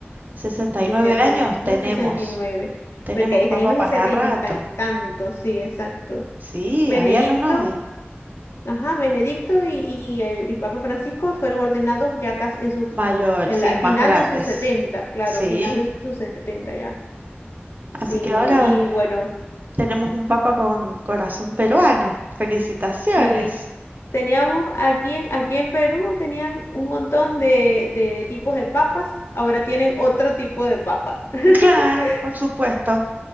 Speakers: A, on the right; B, on the left.
A: 69
B: de 70,
A: años. Tenemos,
B: a sesenta y nueve
A: tenemos
B: porque ahí
A: papa
B: hay unos
A: para
B: de setenta
A: rato.
B: y tantos, sí, exacto.
A: Sí,
B: Benedicto.
A: habían unos de
B: Ajá, Benedicto y, y, el- y Papa Francisco fueron ordenados ya casi en sus,
A: mayor,
B: en
A: sí,
B: la
A: más
B: final
A: grandes.
B: de sus setenta claro,
A: Sí,
B: final de sus 70 ya.
A: así
B: Sí,
A: que ahora
B: y bueno,
A: tenemos un papa con corazón peruano. Felicitaciones.
B: sí, teníamos aquí, en- aquí en Perú tenían un montón de, de, de tipos de papas, ahora tienen otro tipo de papa. <laughs>
A: Claro, por supuesto.